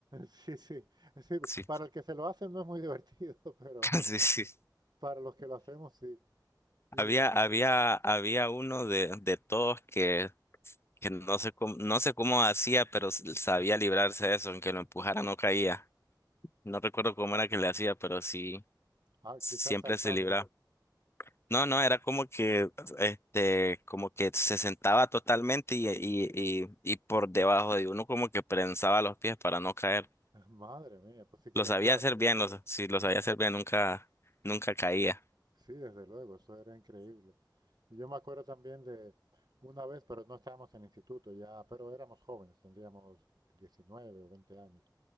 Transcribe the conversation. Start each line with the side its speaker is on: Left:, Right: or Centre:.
Right: Sí, sí, sí,
Left: Sí,
Right: para el que se lo hace no es muy divertido, <laughs> pero,
Left: <laughs> sí, sí.
Right: Para los que lo hacemos, sí. Y,
Left: Había,
Right: y,
Left: había, había uno de, de todos que, que no sé cómo, no sé cómo hacía, pero s- sabía librarse de eso, aunque lo empujara no caía. No recuerdo cómo era que le hacía, pero sí,
Right: ah,
Left: siempre
Right: quizás saltando.
Left: se libraba. No, no, era como que, este, como que se sentaba totalmente y, y, y, y por debajo de uno como que prensaba los pies para no caer.
Right: <laughs> Madre mía, pues sí que,
Left: Lo sabía
Right: claro,
Left: hacer bien, lo, sa- sí, lo sabía hacer bien, nunca, nunca caía.
Right: sí, desde luego, eso era increíble. Y yo me acuerdo también de una vez, pero no estábamos en el instituto ya, pero éramos jóvenes, tendríamos 19 o 20 años.